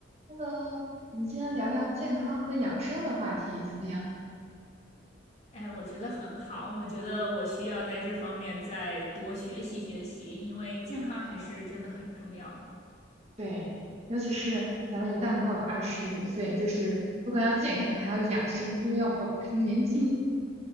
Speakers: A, on the right (about 35°); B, on the left (about 35°).
A: Hello，我们今天聊聊健康和养生的话题怎么样？
B: 哎，我觉得很好，我觉得我需要在这方面再多学习学习，因为健康还是真的很重要了。
A: 对，尤其是咱们一旦过了二十五岁，就是不光要健康，还要养生，因为要保持年轻。